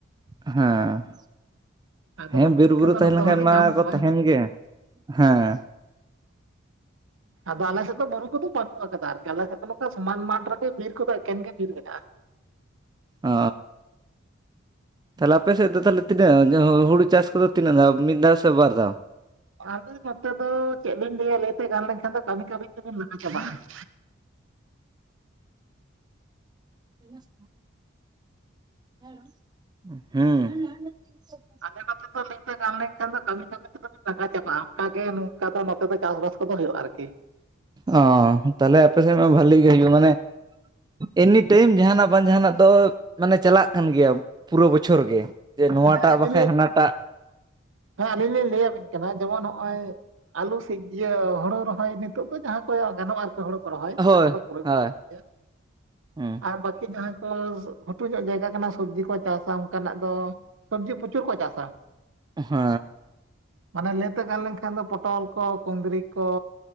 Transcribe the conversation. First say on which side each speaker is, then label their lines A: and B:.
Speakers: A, on the right; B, on the right.
A: ᱦᱮᱸ᱾
B: ᱟᱫᱚ
A: ᱦᱮᱸ
B: ᱩᱫ
A: ᱵᱤᱨᱵᱩᱨᱩ
B: ᱯᱩᱴᱠᱟᱹ ᱫᱚ
A: ᱛᱟᱦᱮᱸ
B: ᱱᱚᱛᱮ
A: ᱞᱮᱱᱠᱟᱱ
B: ᱦᱚᱸᱞᱮ
A: ᱢᱟᱠᱚ
B: ᱧᱟᱢ ᱠᱚᱣᱟ
A: ᱛᱟᱦᱮᱸᱱ
B: ᱦᱮᱸ
A: ᱜᱮ ᱦᱮᱸ ᱾
B: ᱟᱫᱚ ᱟᱞᱮ ᱥᱮᱫ ᱫᱚ ᱵᱩᱨᱩ ᱠᱚᱫᱚ ᱵᱟᱹᱱᱩᱜ ᱠᱟᱫᱟ ᱟᱨ ᱠᱤ ᱟᱞᱮᱥᱮᱫ ᱫᱚ ᱱᱚᱝᱠᱟ ᱥᱚᱢᱟᱱ ᱢᱟᱴᱷ ᱨᱮᱜᱮ ᱵᱤᱨ ᱠᱚᱫᱚ ᱮᱠᱮᱱ ᱜᱮ ᱵᱤᱨ ᱢᱮᱱᱟᱜᱼᱟ ᱾
A: ᱟ᱾ ᱛᱟᱦᱞᱮ ᱟᱯᱮ ᱥᱮᱫ ᱫᱚ ᱛᱟᱦᱚᱞᱮ ᱛᱤᱱᱟᱹᱜ ᱦᱩᱲᱩ ᱪᱟᱥ ᱠᱚᱫᱚ ᱛᱤᱱᱟᱹᱜ ᱢᱤᱫ ᱫᱷᱟᱣ ᱥᱮ ᱵᱟᱨ ᱫᱷᱟᱣ?
B: ᱟᱞᱮ ᱱᱚᱛᱮ ᱫᱚ ᱪᱮᱫ ᱵᱤᱱ ᱞᱟᱹᱭᱟ ᱞᱟᱹᱭᱛᱮ ᱜᱟᱱ ᱞᱮᱱᱠᱷᱟᱱ ᱫᱚ ᱠᱟᱹᱢᱤ ᱠᱟᱹᱢᱤ ᱛᱮ ᱵᱤᱱ ᱞᱟᱸᱜᱟ ᱪᱟᱵᱟᱜᱼᱟ ᱾
A: <inaudible> ᱦᱩᱸ᱾
B: ᱟᱞᱮ ᱫᱚ ᱱᱤᱛᱚᱜ ᱫᱚ ᱞᱟᱹᱭ ᱜᱟᱱ ᱞᱮᱱ ᱠᱷᱟᱱ ᱫᱚ ᱠᱟᱹᱢᱤ ᱠᱟᱹᱢᱤ ᱛᱮ ᱵᱤᱱ ᱞᱟᱸᱜᱟ ᱪᱟᱵᱟᱜᱼᱟ ᱚᱱᱠᱟᱜ ᱜᱮ ᱱᱚᱝᱠᱟ ᱫᱚ ᱱᱚᱛᱮ ᱫᱚ ᱪᱟᱥᱵᱟᱥ ᱠᱚᱫᱚ ᱦᱩᱭᱩᱜᱼᱟ ᱟᱨᱠᱤ ᱾
A: ᱚ ᱛᱟᱦᱚᱞᱮ ᱟᱯᱮ ᱥᱮᱫ ᱢᱟ ᱵᱷᱟᱞᱮ ᱜᱮ ᱦᱩᱭᱩᱜᱼᱟ ᱢᱟᱱᱮ ᱮᱱᱤᱴᱟᱭᱤᱢ ᱡᱟᱦᱟᱸᱱᱟᱜ ᱵᱟᱝ ᱡᱟᱦᱟᱸᱱᱟᱜ ᱫᱚ ᱢᱟᱱᱮ ᱪᱟᱞᱟᱜ ᱠᱟᱱ ᱜᱮᱭᱟ ᱯᱩᱨᱟᱹ ᱵᱚᱪᱷᱚᱨ ᱜᱮ ᱾ ᱡᱮ ᱱᱚᱣᱟᱴᱟᱜ
B: ᱦᱮᱸ ᱟᱹᱞᱤᱧ
A: ᱵᱟᱠᱟᱡ
B: ᱞᱤᱧ
A: ᱦᱟᱱᱟᱸᱴᱟᱜ ᱾
B: ᱦᱮᱸ ᱟᱹᱞᱤᱧ ᱞᱤᱧ ᱞᱟᱹᱭᱟᱵᱤᱱ ᱠᱟᱱᱟ ᱡᱮᱢᱚᱱ ᱦᱚᱸᱜᱼᱚᱭ ᱟᱞᱩ ᱥᱤᱡ ᱤᱭᱟᱹ ᱦᱳᱲᱳ ᱨᱚᱦᱚᱭ ᱱᱤᱛᱚᱜ ᱫᱚ ᱡᱟᱦᱟᱸ ᱠᱚᱭᱚᱜ ᱜᱟᱱᱚᱜᱼᱟ ᱦᱳᱲᱳ ᱠᱚ ᱨᱚᱦᱚᱭ
A: ᱦᱳᱭ
B: ᱚᱱᱟ ᱠᱚᱫᱚ ᱯᱩᱨᱟᱹ
A: ᱦᱳᱭ
B: ᱨᱚᱭᱟ,
A: ᱦᱮᱸ
B: ᱟᱨ ᱵᱟᱠᱤ ᱡᱟᱦᱟᱸ ᱠᱚ ᱜᱷᱩᱴᱩ ᱧᱚᱜ ᱡᱟᱭᱜᱟ ᱠᱟᱱᱟ ᱥᱚᱵᱽᱡᱤ ᱠᱚ ᱪᱟᱥᱟ ᱚᱱᱠᱟᱱᱟᱜ ᱫᱚ ᱥᱚᱵᱽᱡᱤ ᱯᱨᱚᱪᱩᱨ ᱠᱚ ᱪᱟᱥᱟ ᱾
A: ᱦᱮᱸ ᱾
B: ᱚᱱᱟ ᱤᱭᱟᱹᱛᱮ ᱜᱟᱱ ᱞᱮᱱᱠᱷᱟᱱ ᱫᱚ ᱯᱚᱴᱚᱞ ᱠᱚ ᱠᱩᱸᱫᱽᱨᱤ ᱠᱚ